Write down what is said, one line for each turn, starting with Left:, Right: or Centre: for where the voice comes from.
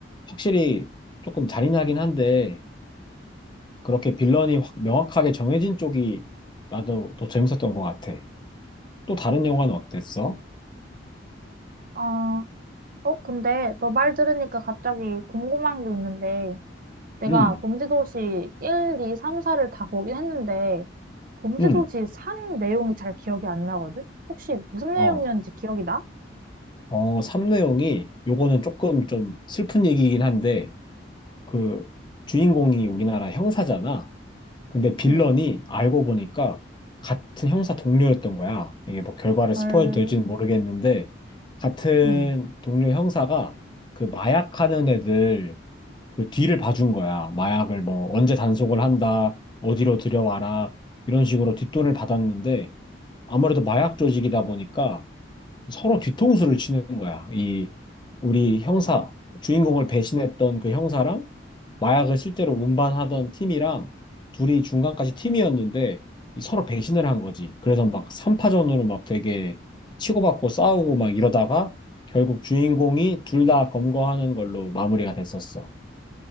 Left: 확실히 조금 잔인하긴 한데, 그렇게 빌런이 확 명확하게 정해진 쪽이 나도 더 재밌었던 것 같아. 또 다른 영화는 어땠어?
Right: 아, 어, 근데 너 말 들으니까 갑자기 궁금한 게 있는데, 내가
Left: 음,
Right: 범죄도시 1, 2, 3, 4를 다 보긴 했는데, 범죄도시
Left: 음,
Right: 3 내용이 잘 기억이 안 나거든? 혹시 무슨 내용이었는지
Left: 어.
Right: 기억이 나?
Left: 어, 3내용이 요거는 조금 좀 슬픈 얘기긴 한데 그 주인공이 우리나라 형사잖아. 근데 빌런이
Right: 응.
Left: 알고 보니까 같은 형사 동료였던 거야. 이게 뭐 결과를
Right: 헐,
Left: 스포일 될지는 모르겠는데 같은
Right: 응.
Left: 동료 형사가 그 마약하는 애들 그 뒤를 봐준 거야. 마약을 뭐 언제 단속을 한다, 어디로 들여와라 이런 식으로 뒷돈을 받았는데 아무래도 마약 조직이다 보니까 서로 뒤통수를 치는 거야. 이 우리 형사, 주인공을 배신했던 그 형사랑 마약을 실제로 운반하던 팀이랑 둘이 중간까지 팀이었는데 이 서로 배신을 한 거지. 그래서 막 3파전으로 막 되게 치고받고 싸우고 막 이러다가 결국 주인공이 둘 다 검거하는 걸로 마무리가 됐었어.